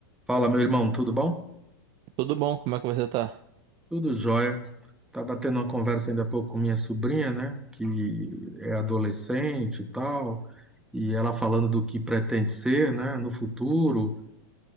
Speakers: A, in the centre; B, on the right.
A: Fala, meu irmão, tudo bom?
B: Tudo bom? Como é que você tá?
A: Tudo jóia. Tava tendo uma conversa ainda há pouco com minha sobrinha, né, que é adolescente e tal, e ela falando do que pretende ser, né, no futuro,